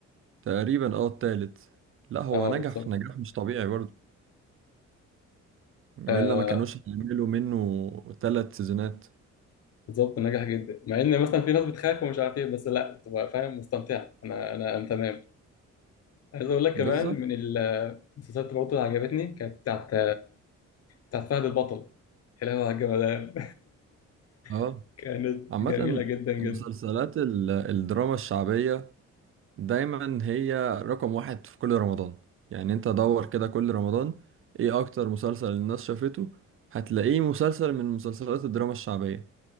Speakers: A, on the right (about 45°); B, on the left (about 55°).
A: تقريبا اه التالت لا هو
B: اه
A: نجح
B: بالظبط
A: نجاح مش طبيعي برضه والا
B: آه
A: ما كانوش هيعملوا منه ثلاث سيزونات
B: بالظبط نجح جدا مع ان مثلا في ناس بتخاف ومش عارف ايه بس لا بتبقى فاهم مستمتعه انا انا انا تمام عايز اقول لك
A: بالظبط
B: كمان من ال- المسلسلات برضه اللي عجبتني كانت بتاعت بتاعت فهد البطل كلام على الجمدان
A: اه
B: <laughs> كانت
A: عامة
B: جميلة جدا جدا
A: مسلسلات ال- الدراما الشعبية دايما هي رقم واحد في كل رمضان يعني انت دور كده كل رمضان ايه اكتر مسلسل الناس شافته هتلاقيه مسلسل من مسلسلات الدراما الشعبية